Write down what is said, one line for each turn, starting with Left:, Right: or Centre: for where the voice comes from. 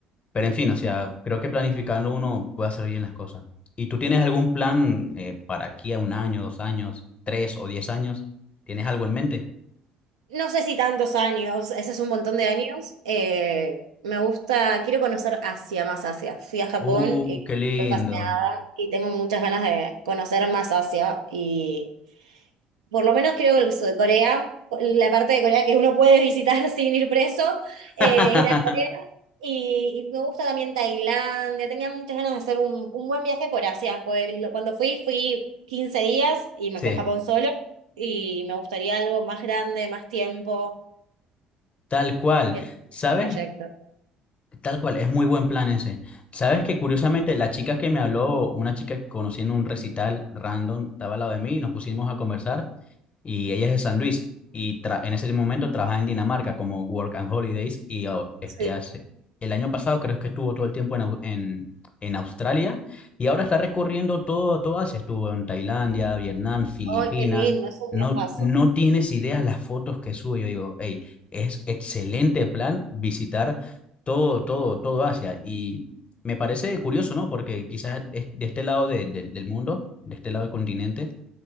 Left: Pero en fin, o sea, creo que planificando uno puede hacer bien las cosas. ¿Y tú tienes algún plan eh, para aquí a un año, dos años, tres o diez años? ¿Tienes algo en mente?
Right: No sé si tantos años, ese es un montón de años. Eh, me gusta, quiero conocer Asia, más Asia. Fui a Japón
Left: ¡Uh,
Right: y
Left: qué lindo!
Right: fue fascinada y tengo muchas ganas de conocer más Asia y por lo menos creo que el sur de Corea, la parte de Corea que uno puede visitar <laughs> sin ir preso, eh,
Left: <laughs>
Right: ir a Corea. Y, y me gusta también Tailandia, tenía muchas ganas de hacer un, un buen viaje por Asia. Pues, lo- cuando fui, fui 15 días y me
Left: Sí,
Right: fui a Japón solo y me gustaría algo más grande, más tiempo
Left: tal cual.
Right: el
Left: ¿Sabes?
Right: proyecto.
Left: Tal cual, es muy buen plan ese. ¿Sabes que curiosamente la chica que me habló, una chica que conocí en un recital random, estaba al lado de mí y nos pusimos a conversar? y ella es de San Luis y tra- en ese momento trabaja en Dinamarca como Work and Holidays y oh, este
Right: Sí.
Left: hace el año pasado creo que estuvo todo el tiempo en, Au- en, en Australia y ahora está recorriendo todo, todo Asia, estuvo en Tailandia, Vietnam, Filipinas.
Right: Ay, qué lindo, es un
Left: No,
Right: viajazo.
Left: no tienes ideas las fotos que sube. Yo digo, hey, es excelente plan visitar todo, todo, todo Asia. Y me parece curioso, ¿no? Porque quizás es de este lado de- de- del mundo, de este lado del continente,